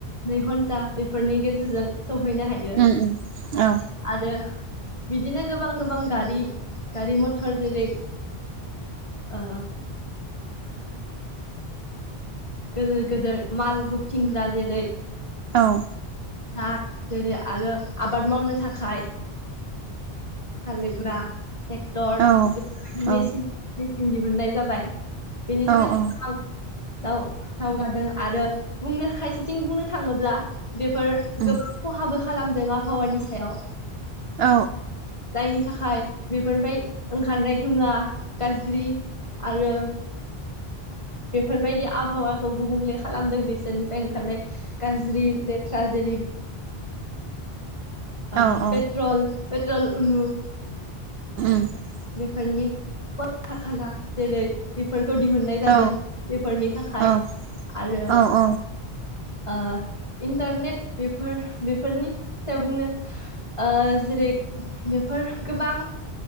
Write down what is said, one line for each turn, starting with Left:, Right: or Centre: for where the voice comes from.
Left: नै घन्टा बेफोरनि गेजेरजों सौहैनो हायो
Right: उम उम औ।
Left: आरो बिदिनो गोबां गोबां गारि गारि-मथर जेरै ओ गोदोर‌ गोदोर माल बोबथिंग्रा जेरै
Right: औ
Left: ट्राक जेरै आरो आबाद मावनो थाखाय हाल एवग्रा ट्रेक्टर
Right: औ
Left: बेफोरबायदि
Right: औ
Left: मेचिन मेचिन दिहुननाय जाबाय बेनि
Right: औ
Left: थाखाय
Right: औ
Left: गोबां दाउ दावगादों आरो बुंनो खायसेथिं बुंनो थाङोब्ला बेफोर
Right: उम
Left: गोबां खहाबो खालामदों। जों आबहावानि सायाव
Right: औ
Left: जायनि थाखाय बेफोरनिफ्राय ओंखारनाय धुङा गाज्रि आरो बेफोरबायदि आबहावाखौ गुबुंले खालामदों बेसोरनिफ्राय ओंखारनाय गाज्रि लेथ्रा जेरै
Right: औ
Left: ओ
Right: औ
Left: पेट्रल पेट्रल <unintelligible>
Right: <unintelligible>
Left: बेफोरनि कलखारखाना जेरै बेफोर खौ दिहुननाय जादों
Right: औ
Left: बेफोरनि थाखाय
Right: औ
Left: आरो
Right: औ औ
Left: ओ इन्टारनेट बेफोर बेफोरनि सायाव बुंनो ओ जेरै बेफोर गोबां